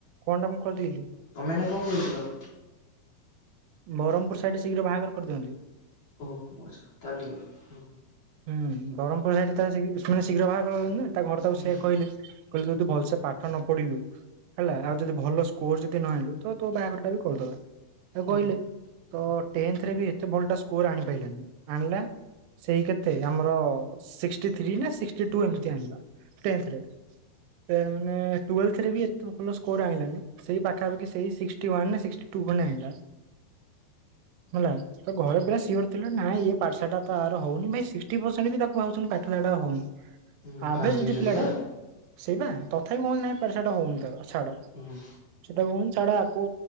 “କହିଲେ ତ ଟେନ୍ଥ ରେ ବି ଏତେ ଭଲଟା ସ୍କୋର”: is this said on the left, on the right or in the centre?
Right